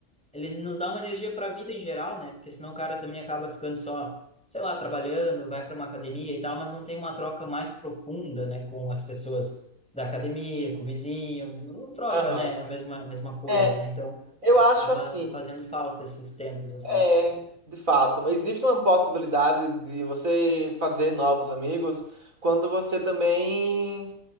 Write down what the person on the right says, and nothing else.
Aham.
É,
eu
acho assim,
É, de fato, mas existe uma possibilidade de você fazer novos amigos quando você também